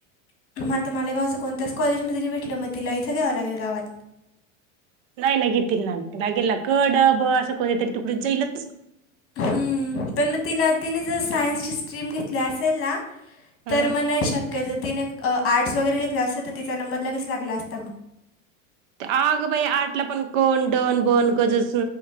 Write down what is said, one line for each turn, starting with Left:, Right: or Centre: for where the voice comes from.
Left: मग आता म गाचं कोणतच कॉलेजमध्ये तरी भेटलं म तिला इथं घ्यावं लागेल गावात
Right: नाही नाही घेतील ना गेला कड ब असं कोणी तरी तुकडीत जाईलच
Left: हम्म पण मग तिला तिने जर सायन्सची स्ट्रीम घेतली असेल ना
Right: हम्म
Left: तर मग नाही शक्य जर तिने आर्ट्स वगैरे घेतलं असत तर तिचा नंबर लगेच लागला असता मग
Right: आग बाई आठला पण कोण दडोन बोन गजस